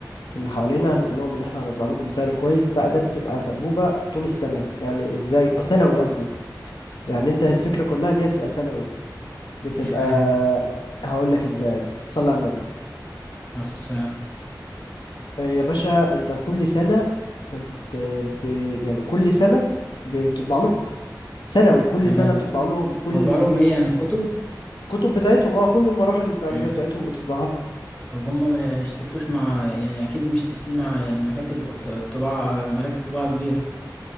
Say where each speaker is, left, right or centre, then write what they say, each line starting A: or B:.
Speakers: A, on the left; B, on the left.
A: اللي حوالينا هنقول لهم ان احنا هنطبع لكم بسعر كويس بقى ده بتبقى سبوبه طول السنه يعني ازاي آه، سنوي قصدي يعني انت الفكره كلها ان هي بتبقى سنوي بتبقى
B: مش فاهم
A: هقول لك ازاي صلي على النبي
B: عليه الصلاة والسلام
A: آه، يا باشا انت كل سنه بت... ب... يعني كل سنه ب- بتطبع لهم سنوي كل
B: تمام
A: سنه بتطبع لهم كل
B: بطبع
A: السنين
B: لهم ايه يعني الكتب
A: كتب بتاعتهم اه كل المراحل التعليميه
B: <clears throat>
A: بتاعتهم بتطبعها لهم
B: طب هم ما يشتركوش مع يعني اكيد مشتركين مع يعني مكاتب وط- طباعة مراكز طباعة كبيرة